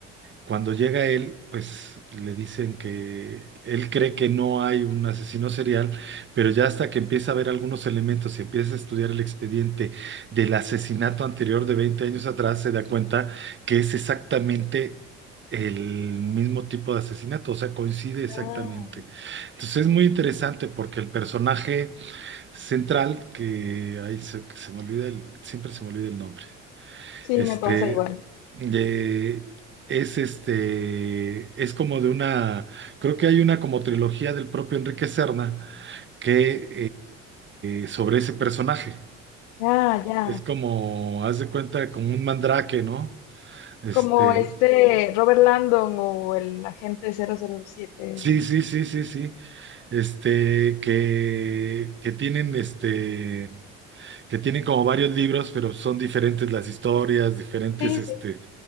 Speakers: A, on the right; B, on the left.
A: cuando llega él, pues le dicen que él cree que no hay un asesino serial, pero ya hasta que empieza a ver algunos elementos y empieza a estudiar el expediente del asesinato anterior de 20 años atrás, se da cuenta que es exactamente el mismo tipo de asesinato, o sea, coincide exactamente.
B: Ah.
A: Entonces es muy interesante porque el personaje central, que ahí se, se me olvida el- siempre se me olvida el nombre.
B: Sí,
A: Este,
B: me pasa igual.
A: de- es este, es como de una, creo que hay una como trilogía del propio Enrique Serna que eh, sobre ese personaje.
B: Ah, ya.
A: Es como, haz de cuenta, como un mandrake, ¿no? Este,
B: Como este Robert Landon o el agente cero cero siete.
A: sí, sí, sí, sí, sí. Este, que, que tienen este, que tienen como varios libros, pero son diferentes las historias, diferentes,
B: Sí,
A: este,
B: sí,